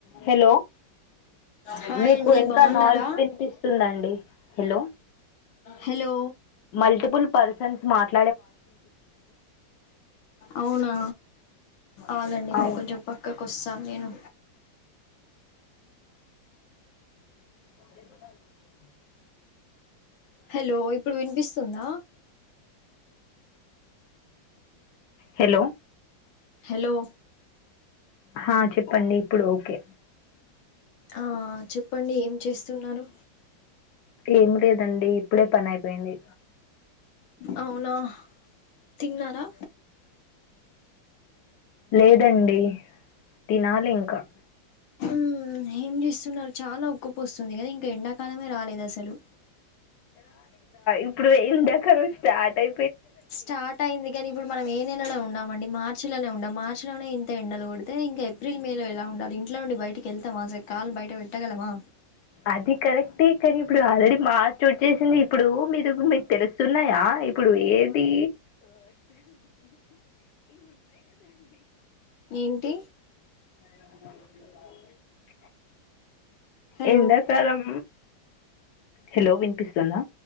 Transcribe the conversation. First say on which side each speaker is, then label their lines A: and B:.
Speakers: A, on the left; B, on the left.
A: Hello
B: hi
A: మీకు
B: అండి
A: వెనక
B: బాగున్నారా
A: నాయిస్ వినిపిస్తుందండి హలో
B: హలో
A: మల్టిపుల్ పర్సన్స్ మాట్లా
B: అవునా ఆగండి
A: అవును
B: కొంచెం పక్క కొస్స నేను
A: <inaudible>
B: హలో ఇప్పుడు వినిపిస్తుందా
A: హలో
B: హలో
A: హ చెప్పండి ఇప్పుడు ఓకే
B: ఆ ఆ చెప్పండి ఏం చేస్తున్నారు
A: ఏమి లేదండి ఇప్పుడే పని అయిపోయింది
B: అవునా తిన్నారా
A: లేదండి తినాలి ఇంకా
B: మ్మ్ ఏం చేస్తున్నారు చాలా ఉక్కు పొస్తుంది కదా ఇంకా ఎండాకాలమే రాలేదు అసలు
A: ఇప్పుడు ఎండాకాలం స్టార్ట్ అయి
B: స్టార్ట్ అయింది కాని ఇప్పుడు మనం ఏ నెలలో ఉన్నామండి మార్చిలోనే ఉండాం మార్చి లోనే ఇంత ఎండలు కొడితే ఇంకా ఏప్రిల్ మే లో ఎలా ఉండాలి ఇంట్లో నుండి బయటికి వెళ్తే అసలు కాళ్లు బయట పెట్టగలమా
A: అది కరెక్టే కానీ ఇప్పుడు ఆల్రెడీ మార్చ్ వచ్చె సింది ఇప్పుడు మీరు మీకు తెలుస్తున్నాయా ఇప్పుడు ఏది
B: ఏంటి
A: <inaudible>
B: హలో
A: ఎండకాలం హలో వినిపిస్తుందా